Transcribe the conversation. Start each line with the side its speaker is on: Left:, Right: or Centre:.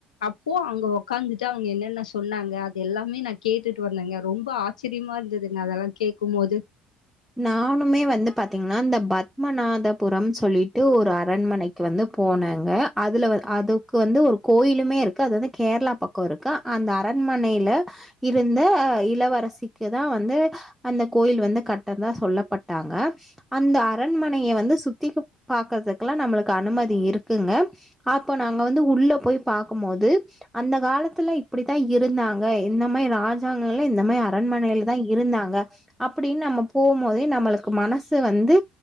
Left: அப்போ அங்க உக்காந்துட்டு அவங்க என்னென்ன சொன்னாங்க அது எல்லாமே நான் கேட்டுட்டு வந்தேங்க ரொம்ப ஆச்சரியமா இருந்ததுங்க அதெல்லாம் கேட்க போது
Centre: நானுமே வந்து பாத்தீங்கன்னா இந்த பத்மநாதபுரம் சொல்லிட்டு ஒரு அரண்மனைக்கு வந்து போனேங்க அதுல அதுக்கு வந்து ஒரு கோயிலுமே இருக்கு அது வந்து கேரளா பக்கம் இருக்கு அந்த அரண்மனை லா இருந்த இளவரசிக்கு தான் வந்து அந்த கோயில் வந்து கட் தா சொல்லப்பட்டாங்க அந்த ஆ அரண்மனைய வந்து சுத்தி பாக்றதுக்கெல்லா நம்ளு அனுமதி இருக்குங்க அப்போ நாங்க வந்து உள்ள போய் பாக்கும்போது அந்த காலத் <unintelligible> இப்டிதா இருந்தாங்க இந்த மாரி ராஜாங்களேள்ள இந்த மாரி அரண்மனையில தா இருந்தாங்க அப்டின்னு நம்ம போம்போது நம்ளுக்கு மனசு வந்து